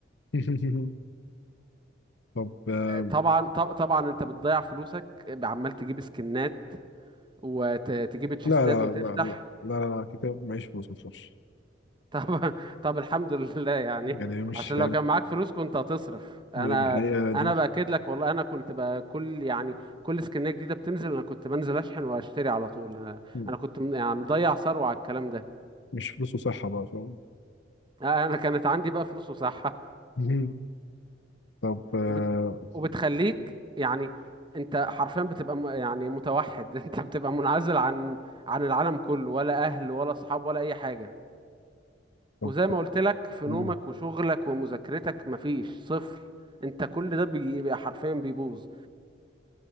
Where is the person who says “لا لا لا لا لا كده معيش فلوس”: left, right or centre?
Left